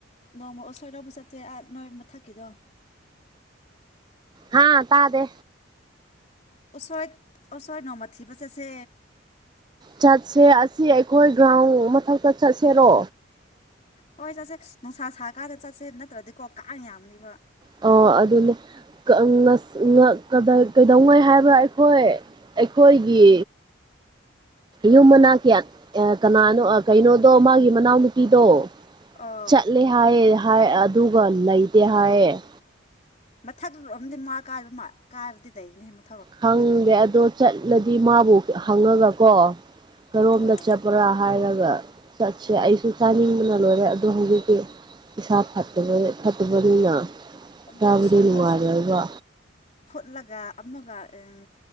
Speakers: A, on the left; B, on the right.
A: ꯅꯣꯡꯃ ꯎꯁꯣꯏ ꯂꯧꯕ ꯆꯠꯇꯦ ꯑꯥ ꯅꯣꯏ ꯃꯊꯛꯀꯤꯗꯣ
B: ꯍꯥꯥ ꯇꯥꯗꯦ
A: ꯎꯁꯣꯏ ꯎꯁꯣꯏ ꯅꯣꯡꯃ ꯊꯤꯕ ꯆꯠꯁꯦ
B: ꯆꯠꯁꯦ ꯑꯁꯤ ꯑꯩꯈꯣꯏ ꯒ꯭ꯔꯥꯎꯟ ꯃꯊꯛꯇ ꯆꯠꯁꯦꯔꯣ
A: ꯍꯣꯏ ꯆꯠꯁꯦ ꯅꯨꯡꯁꯥ ꯁꯥ ꯀꯥꯟꯗ ꯆꯠꯁꯦ ꯅꯠꯇ꯭ꯔꯗꯤꯀꯣ ꯀꯥꯡ ꯌꯥꯝꯅꯤꯕ
B: ꯑꯣ ꯑꯗꯨꯅꯦ ꯀ ꯑꯪ ꯉꯁ ꯎꯪ ꯉ ꯀꯗꯥꯏ ꯀꯩꯗꯧꯉꯩ ꯍꯥꯏꯕ꯭ꯔꯥ ꯑꯩꯈꯣꯏ ꯑꯩꯈꯣꯏꯒꯤ ꯌꯨꯝ ꯃꯅꯥꯀꯤ ꯑꯥ ꯀꯅꯥꯅꯣ ꯑ ꯀꯩꯅꯣꯗꯣ ꯃꯥꯒꯤ ꯃꯅꯥꯎꯅꯨꯄꯤꯗꯣ
A: ꯑꯣ
B: ꯆꯠꯂꯦ ꯍꯥꯏꯌꯦ ꯍꯥꯏ ꯑꯗꯨꯒ ꯂꯩꯇꯦ ꯍꯥꯏꯌꯦ
A: ꯃꯊꯛꯔꯣꯝꯗꯤ ꯃꯥ ꯀꯥꯗꯕ ꯃꯥ ꯀꯥꯔꯗꯤ ꯂꯩꯒꯅꯤ ꯃꯠ
B: ꯈꯪꯗꯦ ꯑꯗꯣ ꯆꯠꯂꯗꯤ ꯃꯥꯕꯨ ꯍꯪꯉꯒ ꯀꯣ ꯀꯔꯣꯝꯗ
A: ꯑꯣ
B: ꯆꯠꯄ꯭ꯔꯥ ꯍꯥꯏꯔꯒ ꯆꯠꯁꯦ ꯑꯩꯁꯨ ꯆꯥꯅꯤꯡꯕꯅ ꯂꯣꯏꯔꯦ ꯑꯗꯣ ꯍꯧꯖꯤꯛꯇꯤ ꯏꯁꯥ ꯐꯠꯇꯕꯒꯤ ꯐꯠꯇꯕꯅꯤꯅ
A: ꯑꯗꯨ
B: ꯆꯥꯕꯗꯨ
A: ꯎꯁꯣꯏꯗꯣ
B: ꯅꯨꯡꯉꯥꯏꯔꯣꯏꯕ
A: ꯑꯁ ꯐꯨꯠꯂꯒ ꯑꯃꯨꯛꯀ ꯑꯦꯡ